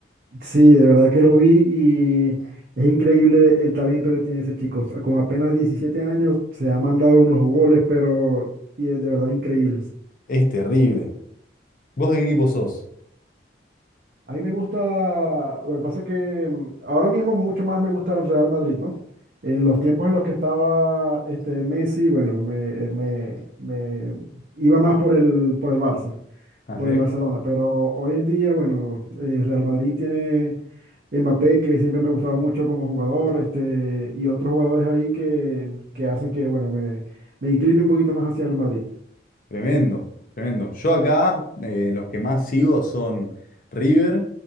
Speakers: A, on the right; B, on the left.
A: Sí, de verdad que lo vi y es increíble el talento que tiene ese chico. Con apenas 17 años se ha mandado unos goles, pero y de verdad increíbles.
B: Es terrible. ¿Vos de qué equipo sos?
A: A mí me gusta, lo que pasa es que mm, ahora mismo mucho más me gusta el Real Madrid, ¿no? En los tiempos en los que estaba este, Messi, bueno, me, eh, me- me iba más por el, por el Barça.
B: Ah,
A: por
B: sí.
A: el Barcelona, pero hoy en día, bueno, eh, Real Madrid tiene Mbappé, que siempre me ha gustado mucho como jugador, este, y otros jugadores ahí que, que hacen que, bueno, me, me incline un poquito más hacia el Madrid,
B: Tremendo, tremendo. Yo acá eh, los que más sigo son River